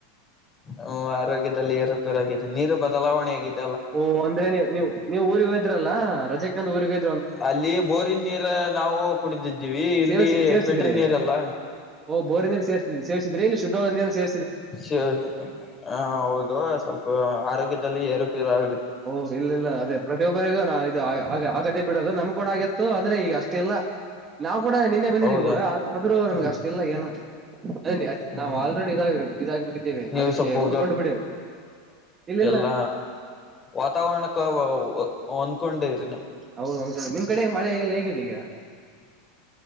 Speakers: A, on the left; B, on the right.
A: ಹ್ಮ ಆರೋಗ್ಯದಲ್ಲಿ ಏರುಪೇರಾಗಿದೆ ನೀರು ಬದಲಾವಣೆ ಆಗಿದ್ದ
B: ಓಹ ಅಂದ್ರೆ ನೀವು ನೀವು ನೀವು ಊರಿಗೆ ಹೋಯದ್ರಲ್ಲ ರಜೆಕಂದ ಊರಿಗೆ ಹಯ
A: ಅಲ್ಲಿ ಬೋರಿನ್ ನೀರ್ ನಾವು ಕುಡಿದಿದ್ದೀವಿ ಇಲ್ಲಿ
B: ಸೇವಿಸಿ ಸೇವಿಸಿದ್ರಿ
A: ಪೆಟ್ರಿ ನೀರೆಲ್ಲ
B: ಓ ಬೋರ್ನೇ ಸೇಿದ್ರಿ ಇ ಶುದ ಸೇ
A: ಶ ಹ ಹೌದು ಸ್ವಲ್ಪ ಆರೋಗ್ಯದಲ್ಲಿ ಏರುಪೇರು ಆಗುತ್ತೆ
B: ಓ ಇಲ್ಲ ಇಲ್ಲ ಅದೇ ಪ್ರತಿಯೊಬ್ ರೆಗೂಾ ಇದು ಆಗದ ಬಿಡೋದು ನಮ್ ಕೂಡ ಆಗಿತ್ತು ಅಂದ್ರೆ ಈಗ ಅಷ್ಟ ಇಿಲ್ಲಲ್ಲ ನಾವವು ಕೂಡ ನಿನ್ನೆ ಬಂದಿದ್ದೀವಿ
A: ಹೌದನು
B: ಕೂಡ ಆದದ್ರೂ ನಮ್ಗ ಅಷ್ಟ ಇಲ್ಲ ಏನ ಅದ
A: ಹ್ಮ್
B: ನಾವು ಆಲ್ರೆಡಿ ಇದಾಗ ಇದಾಗಿ ಬಿಟ್ಟಿದ್ದೇವಿ
A: ನೀವು
B: ಅದಕ್ಕೆ
A: ಸ್ವಲ್ಪ
B: ಹೊಂದ್ಕೊಂಡು ಬಿಡಿವು ಇಲ್ಲಿಲ್ಲ
A: ಲ್ಲ ವಾತಾವರಣಕ್ಕೆ ಒಂದ್ಕೊಂಡಿದ್ರಿ ನೀವು
B: ಹೌದ ಒಂದ್ಸ ನಿಮ್ ಕಡೆ ಮಳೆ ಹಗೆಲ್ಲ ಹೇಗಿದೆ ಈಗ